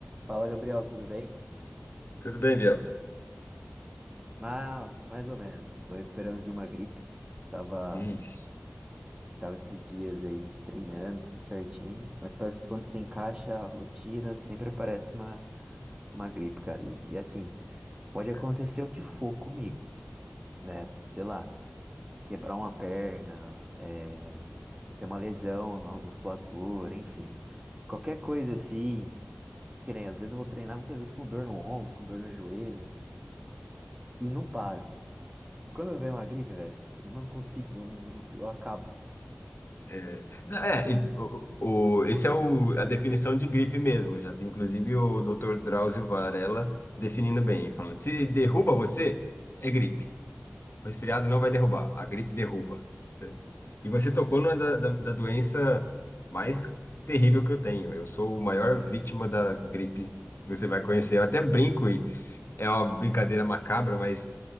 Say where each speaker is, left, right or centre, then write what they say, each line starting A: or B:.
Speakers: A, on the right; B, on the left.
A: Fala, Gabriel, tudo bem?
B: Tudo bem, Biel?
A: Ma- mais ou menos. Estou recuperando de uma gripe. Tava,
B: Isso.
A: tava esses dias aí treinando, tudo certinho. Mas parece que quando você encaixa a rotina, sempre aparece uma, uma gripe, cara. E, e assim, pode
B: tá.
A: acontecer o que for comigo, né? Sei lá, quebrar uma perna, eh, ter uma lesão na musculatura, enfim. Qualquer coisa assim, que nem, às vezes eu vou treinar muitas vezes com dor no ombro, com dor no joelho, e não paro. Quando vem uma gripe, velho, eu não consigo, eu, eu acabo.
B: É, não, é, e o, o- esse é o, a definição de gripe mesmo. Eu Já vi, inclusive, o Dr. Drauzio Varella definindo bem, falando, se derruba você, é gripe. O resfriado não vai derrubar, a gripe derruba. Cê- E você tocou numa da, da, da doença mais terrível que eu tenho. Eu sou o maior vítima da gripe que você vai conhecer. Eu até brinco é uma brincadeira macabra, mas